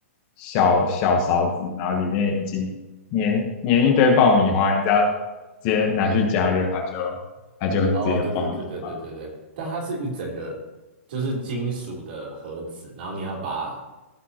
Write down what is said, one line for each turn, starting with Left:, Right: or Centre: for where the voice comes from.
Left: 小小勺子，然后里面已经粘粘一堆爆米花，你只要直接拿去加热，它就它就直接有爆米花。
Right: 哦，对对对对对对对，但它是一整个就是金属的盒子，然后你要把